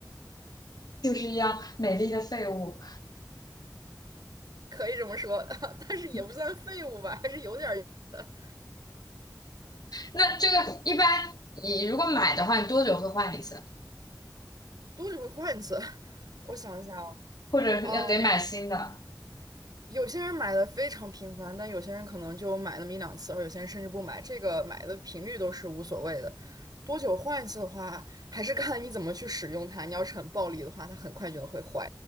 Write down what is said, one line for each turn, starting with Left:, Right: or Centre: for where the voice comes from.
Left: 就是一样美丽的废物。
Right: 可以这么说，<laughs> 但是也不算废物吧，
Left: <laughs>
Right: 还是有点儿用的，
Left: 那这个一般你如果买的话，你多久会换一次？
Right: 多久会换一次。<laughs> 我想一下啊，
Left: 或者要得买新的？
Right: 呃有些人买的非常频繁，但有些人可能就买那么一两次，而有些人甚至不买。这个买的频率都是无所谓的，多久换一次的话，还是看你怎么去使用它。你要是很暴力的话，它很快就会坏；